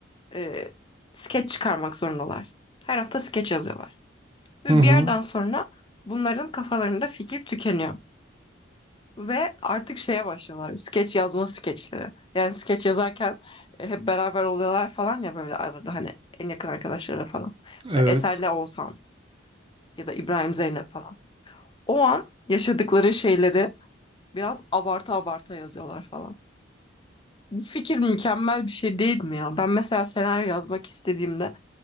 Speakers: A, on the left; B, on the right.
A: e, skeç çıkarmak zorundalar. Her hafta skeç yazıyorlar. Ve
B: Hı hı.
A: bir yerden sonra bunların kafalarında fikir tükeniyor. Ve artık şeye başlıyorlar. Skeç yazma skeçleri. Yani skeç yazarken e, hep beraber oluyorlar falan ya böyle arada hani en yakın arkadaşları falan. Mesela
B: Evet.
A: Eser'le Oğuzhan ya da İbrahim Zeynep falan. O an yaşadıkları şeyleri biraz abarta abarta yazıyorlar falan. Bu fikir mükemmel bir şey değil mi ya? Ben mesela senaryo yazmak istediğimde